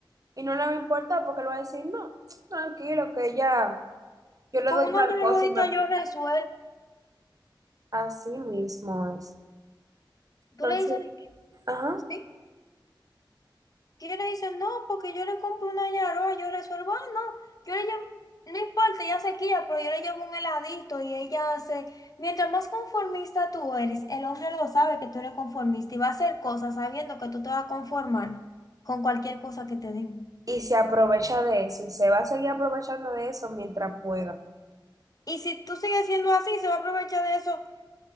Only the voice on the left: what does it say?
con
una
lloradita
yo resuelvo.
Tú
le dices, de que,
¿sí? Y él le dice, no, porque yo le compro una llorona, yo resuelvo. Ah, no, yo le llevo, no importa, ya se quilla, pero yo le llevo un heladito y ella hace. Mientras más conformista tú eres, el hombre lo sabe que tú eres conformista y va a hacer cosas sabiendo que tú te vas a conformar con cualquier cosa que te den.
Y si tú sigues siendo así, se va a aprovechar de eso